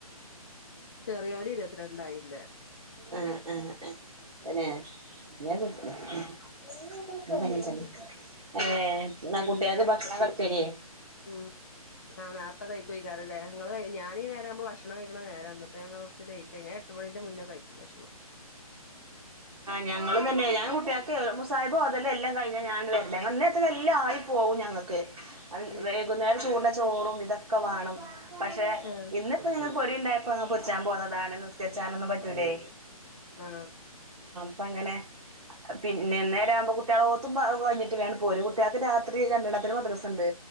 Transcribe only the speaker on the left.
ചെറിയൊര് ഇരുപത്തിരണ്ടായിന്റെ
ഉം
പിന്നെ
ഉം ആ നേരത്തെ കഴിക്കുംആയിരിക്കുംലെ നിങ്ങള് ഞാനീ നേരാവുമ്പോ ഭക്ഷണം ഭക്ഷണം കഴിക്കണ നേരന്ന് ഇപ്പൊ ഞൻ കുറച്ച് ലേറ്റ് ആയി ഞാ എട്ടു മണീന്റെ മുന്നേ കഴിക്കും ഭക്ഷണം
ഉം
ആ
ആ